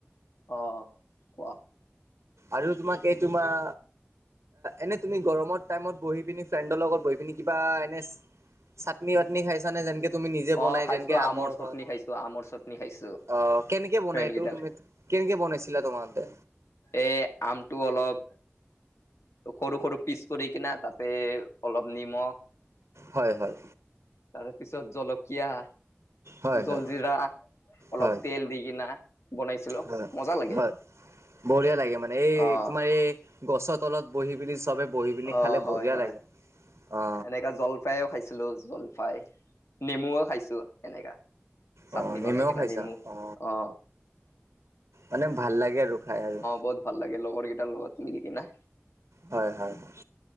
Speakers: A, on the left (about 80°); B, on the right (about 80°).
A: অ', কোৱা
B: আৰু তোমাক কেই তোমাৰ এনে তুমি গৰমৰ টাইমত বহি পিনি ফ্ৰেণ্ডৰ লগত বহি পিনি কিবা এনে চাটনি ৱাটনি খাইছা নে যেনকে তুমি নিজে
A: অ
B: বনাই
A: খাইছো
B: যেনেকে আমৰ
A: চাটনি
B: হয়
A: খাইছো আমৰ চাটনি খাইছো
B: অ', কেনেকে বনাইতটো
A: ফ্ৰেণ্ড কেইডাল
B: তুমি কেনেকে বনাইছিলা তোমালোকে
A: এই আমটো অলপ সৰু সৰু পিচ কৰি কিনা তাতে অলপ নিমখ
B: হয় হয়।
A: তাৰ পিছত জলকীয়া
B: হয়
A: জলজিৰা
B: হয়
A: অলপ
B: হয়
A: তেল দি কিনা বনাইছিলো
B: হয়
A: মজা লাগে
B: হয় বঢ়িয়া লাগে মানে এই
A: অ
B: তোমাৰ এই গছৰ তলত বহি পেলি চবে বহি পিনি
A: অ
B: খালে
A: হয়
B: বঢিয়া
A: হয়
B: লাগে। অ
A: এনেকা জলফাইও খাইছিলো জলফাই নেমুও খাইছো এনেকা চাটনি
B: অ নেমেও
A: বনাই কিনে
B: খাইছা
A: নিমু
B: অ
A: আহ
B: মানে ভাল লাগে আৰু খাই আৰু
A: বহুত ভাল লাগে লগৰকেইটাৰ লগত মিলিকিনে
B: হয় হয় হয়